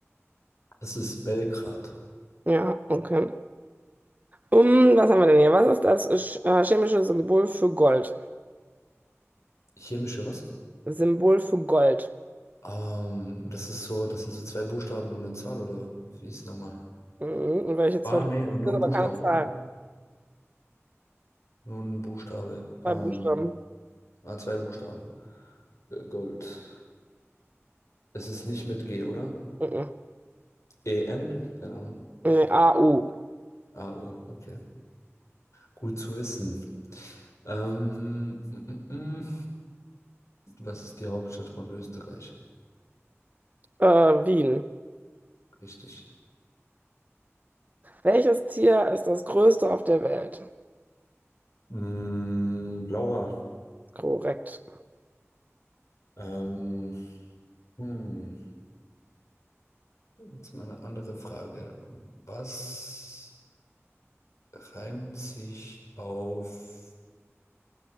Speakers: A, on the left; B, on the right.
A: Das ist Belgrad.
B: Ja, okay. Um, was haben wir denn hier? Was ist das sch- äh, chemische Symbol für Gold?
A: Chemische was?
B: Symbol für Gold.
A: Ähm, das ist so, das sind so zwei Buchstaben und eine Zahl, oder wie ist es nochmal?
B: Mhm. Und welche
A: Ah,
B: zwei Buchstaben
A: nee, und nur
B: sind
A: ein
B: aber
A: Buchstabe,
B: keine Zahl?
A: gell? Nur ein Buchstabe. Ähm,
B: Zwei Buchstaben.
A: ah, zwei Buchstaben. Äh, Gold. Es ist nicht mit G, oder?
B: Mhm.
A: E-N? Keine Ahnung.
B: Nee, AU.
A: A-O, okay. Gut zu wissen. Ähm, mm, mm, mm. Was ist die Hauptstadt von Österreich?
B: Äh, Wien.
A: Richtig.
B: Welches Tier ist das größte auf der Welt?
A: Mm, Laura.
B: Korrekt.
A: Ähm, hm. Jetzt mal eine andere Frage. Was reimt sich auf,